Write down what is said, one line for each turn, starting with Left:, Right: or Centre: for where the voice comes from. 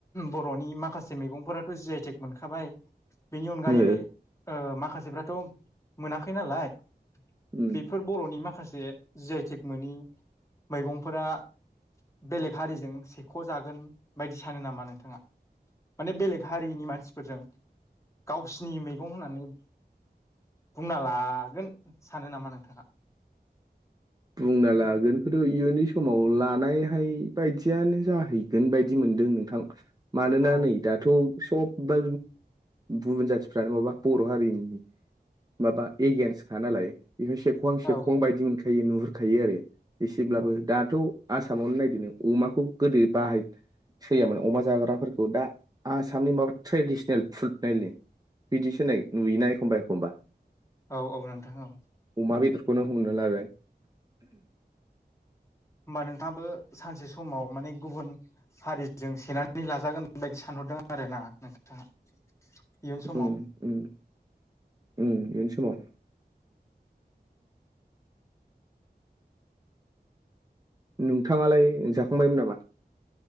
Left: बर'नि माखासे मैगंफोराथ' जि आइटेक मोनखाबाय बेनि अनगायै
Right: ओ
Left: ओ माख खासेफ्राथ' मोनाखै नालाय
Right: उम
Left: बेफोर बर'नि माखास से जि आइटेक मोनि मैगंफोरा बेलेग हारिजों सेख' जागोन बायदि सानो नामा नोंथाङा माने बेलेग हारिनि मानसिफोरजों गावसिनि मैगं होननानै बुंना लागोन सानो नामा नोंथाङा?
Right: बुंना लागोनखौथ' इयुननि समाव लानायहाय बायदियानो जाहैगोन बायदि मोनदों नोंथां। मानोना
Left: औ
Right: नै दाथ' सब बा बुन जाथिफ्रानो माबा बर' हारिनि माबा एगेेनस्टखा नालाय बेखौ सेखवां सेखवां
Left: औ
Right: बायदि मोनखो। नुहुरखायो आरो एसेब्लाबो
Left: औ
Right: दाथ' आसामावनो नायदनो अमाखौ गोदो बाहाय सोयामोन अमा जाग्राफोरखौ दा आसामनि माबा ट्रेडिसनेल फुड नायनो बिदिसोय नुयोना एखमबा एखमबा
Left: औ औ नोंथां औ
Right: अमा बेदखौनो हमना लाबाय <inaudible>
Left: होमबा नोंथाङाबो सानसे समाव माने गुबुन हारिजों सेननानै लाजागोन बायदि सानहरदों आरो ना नोंथाङा? इयुन समाव
Right: उम उम। उम इयुन समाव नोंथाङालाय जाखांबायमोन नामा?